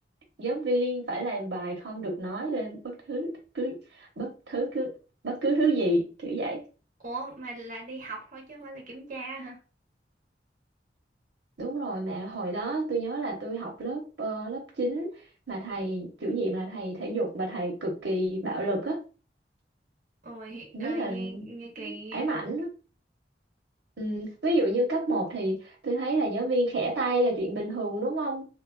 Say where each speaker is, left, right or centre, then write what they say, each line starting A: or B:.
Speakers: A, on the right; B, on the right.
A: giáo viên phải làm bài không được nói lên bất thứ cứ bất thứ cứ bất cứ thứ gì kiểu vậy
B: ủa mà là đi học thôi chứ không phải là kiểm tra hả
A: đúng rồi mà hồi đó tôi nhớ là tôi học lớp ờ, lớp chín mà thầy chủ nhiệm là thầy thể dục mà thầy cực kỳ bạo lực á
B: ôi
A: cảm
B: ơi
A: giác là
B: nghe nghe kỳ nghe
A: ám ảnh Ừ, ví dụ như cấp một thì tôi thấy là giáo viên khẽ tay là chuyện bình thường đúng không?